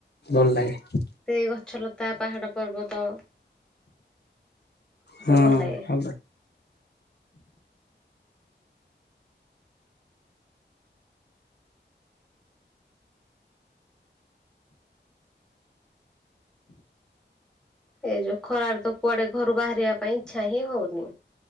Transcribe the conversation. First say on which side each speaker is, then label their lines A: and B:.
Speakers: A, on the left; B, in the centre.
A: ଭଲ ଲାଗେ।
B: ସେଇ ଗଛଲତା ପାହାଡ଼ ପର୍ବତ। ଏସବୁ
A: ହଁ,
B: ଭଲ ଲାଗେ।
A: ଭଲଲା
B: ଏ ଯୋଉ ଖରାରେ ତ କୁଆଡେ ଘରୁ ବାହାରିବା ପାଇଁ ଇଚ୍ଛା ହିଁ ହଉନି।